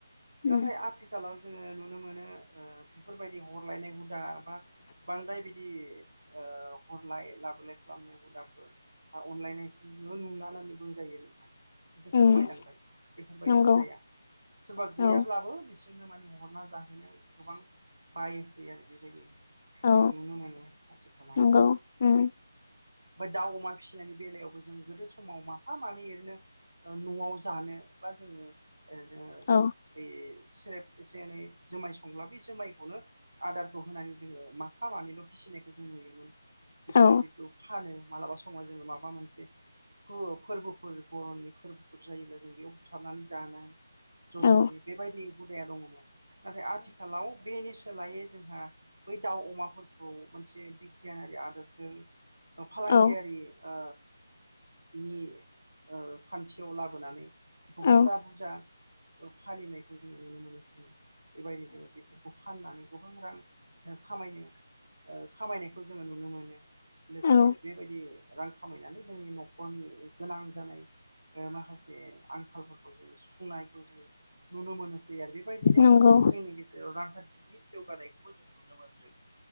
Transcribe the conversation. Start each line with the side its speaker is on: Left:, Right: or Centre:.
Left: उम
Right: नाथाय आथिखालाव जोङो नुनो मोनो बेफोरबाय हरलायनाय हुदाबा बांद्राय बिदि ओ हरलाय लाबोलाय खालामनाय हुदाफोर अनलायनाय जेबो नुलाना होननानै बुंजायो नोंथां एसे
Left: उम
Right: खमायलांबाय। बेफोरबायदि
Left: नंगौ
Right: हुदाया। सोरबा
Left: औ
Right: गैयाब्लाबो बिसोरनो माने हरना जाहोनो गोबां बायोसै आरो बेबायदि
Left: औ
Right: जोङो नुनो मोनो आथिखालाव।
Left: नंगौ उम
Right: बा दाउ अमा फिसिनायनि बेलायावबो जों गोदो समाव माफा मानै ओरैनो न'आव जानो बा जोङो ओ जोङो
Left: औ
Right: बै सेरेब एसे एनै जोमाय संब्ला बे जोमाय खौनो आदारखौ होनानै जोङो माफा मानैल' फिसिनायखौ जों नुयोमोन। बिदिनो
Left: औ
Right: बेखौ फानो मालाबा समाव जोङो माबा मोनसे फो-फोरबोफोर बर'नि फोरबोफोर जायोब्ला जों बेयाव बुथारनानै जानाय। ज'
Left: औ
Right: ज'यै बेबायदि हुदाया दङमोन। नाथाय आथिखालाव बेनि सोलायै जोंहा बै दाव, अमाफोरखौ मोनसे बिगियानारि आदबजों फालांगियारि
Left: औ
Right: ओ नि ओ खान्थियाव लाबोनानै बेखौ
Left: औ
Right: बुजा बुजा फालिनायखौ जोङो नुनो मोनोसै। बेबायदिनो बे फाननानै गोबां रां खामायनो ओ खामायनायखौ जोङो नुनो मोनो। लोगोसे
Left: औ
Right: बेबायदि रां खामायनानै जोंनि न'खरनि गोनां जानाय ओ माखासे आंखालफोरखौ जोङो सुफुंनायखौ जोङो नुनो मोनोसै आरो बे बायदिनो
Left: नंगौ
Right: जोंनि गेजेराव रांखान्थिनि जौगानायखौबो जोङो नुनो मोनदों।